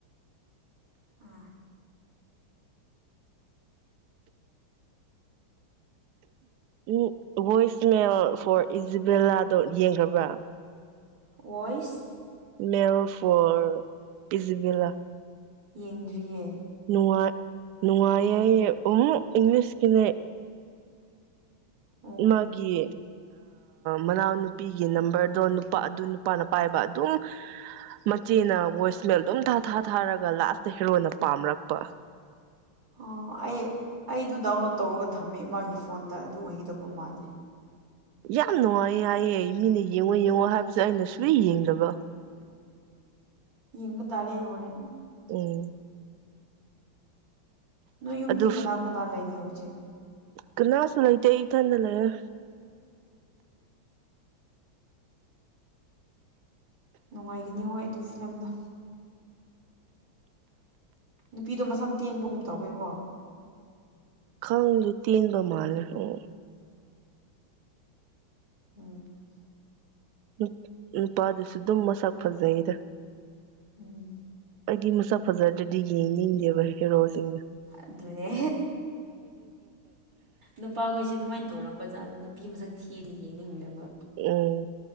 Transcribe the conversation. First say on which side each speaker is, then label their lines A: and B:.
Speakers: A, on the right (about 45°); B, on the right (about 80°).
A: ꯑ
B: ꯎꯝ ꯚꯣꯏꯁꯃꯦꯜ ꯐꯣꯔ ꯏꯖꯤꯕꯦꯂꯥꯗꯣ ꯌꯦꯡꯈꯕ꯭ꯔꯥ
A: ꯑꯣꯏꯁ
B: ꯃꯦꯜ ꯐꯣꯔ ꯄꯤꯖꯤꯕꯤꯂꯥ
A: ꯌꯦꯟꯗ꯭ꯔꯤꯌꯦ
B: ꯅꯨꯡꯉꯥꯏ ꯅꯨꯡꯉꯥꯏ ꯎꯝ ꯏꯪꯂꯤꯁꯀꯤꯅꯦ
A: ꯑꯣ
B: ꯃꯥꯒꯤ ꯃꯅꯥꯎꯅꯨꯄꯤꯒꯤ ꯅꯝꯕꯔꯗꯣ ꯅꯨꯄꯥ ꯑꯗꯨ ꯅꯨꯄꯥꯅ ꯄꯥꯏꯕ ꯑ ꯑꯗꯨꯨꯡ ꯃꯆꯦꯅ ꯚꯣꯏꯁꯃꯦꯜ ꯑꯗꯨꯝ ꯊꯥ ꯊꯥ ꯊꯥꯔꯒ ꯂꯥꯁꯇ ꯍꯦꯔꯣꯟꯅ ꯄꯥꯝꯔꯛꯄ
A: ꯑ ꯑꯩꯌꯦ ꯑꯩꯗꯨ ꯗꯥꯎꯟꯂꯣꯗ ꯇꯧꯔꯒ ꯊꯝꯃꯦ ꯏ ꯃꯥꯥꯒꯤ ꯐꯣꯟꯗ ꯑꯗꯨ ꯑꯣꯏꯒꯗꯕ ꯃꯥꯂꯦ
B: ꯌꯥꯝ ꯅꯨꯡꯉꯥꯏꯌꯦ ꯍꯥꯏꯌꯦ ꯃꯤꯅ ꯌꯦꯡꯉꯣ ꯌꯦꯡꯉꯣ ꯍꯥꯏꯕꯁꯦ ꯑꯩꯅ ꯁꯨ ꯌꯦꯡꯗꯕ
A: ꯏꯉ ꯇꯔꯦ ꯑꯣꯏꯔꯦ
B: ꯎꯝ
A: ꯅꯣꯏ ꯌꯨꯝꯗꯤ
B: ꯑꯗꯨ
A: ꯀꯅꯥ ꯀꯅꯥ ꯂꯩꯒꯦ ꯍꯧꯖꯤꯛ
B: ꯀꯅꯥꯁꯨ ꯂꯩꯇ ꯏ ꯊꯗ ꯂꯩ
A: ꯅꯨꯡꯉꯥꯏꯈꯤꯅꯤ ꯍꯣꯏ ꯑꯗꯨ ꯐꯤꯂꯝꯗꯣ ꯅꯨꯄꯤꯗꯣ ꯃꯁꯝ ꯇꯦꯟꯕꯒꯨꯝ ꯇꯧꯋꯦꯀꯣ
B: ꯈꯪꯗꯨ ꯇꯦꯟꯕ ꯃꯥꯜꯂꯦ ꯑꯣ
A: ꯎꯝ
B: ꯎ ꯎꯄꯥꯗꯨꯁꯨ ꯑꯗꯨꯝ ꯃꯁꯛ ꯐꯖꯩꯗ
A: ꯎꯝ
B: ꯑꯩꯗꯤ ꯃꯁꯛ ꯐꯖꯗꯗꯤ ꯌꯦꯡꯅꯤꯡꯗꯦꯕ ꯍꯦꯔꯣꯁꯤꯡꯗꯣ
A: ꯑꯗꯨꯅꯦ ꯅꯨꯄꯥꯈꯣꯏꯁꯨꯦ ꯑꯗꯨꯃꯥꯏꯅ ꯇꯧꯔꯝꯕ ꯕꯖꯥꯔꯗ ꯅꯨꯄꯤ ꯃꯁꯛ ꯊꯤꯔꯤ ꯌꯦꯅꯤꯡꯅꯕ
B: ꯎꯝ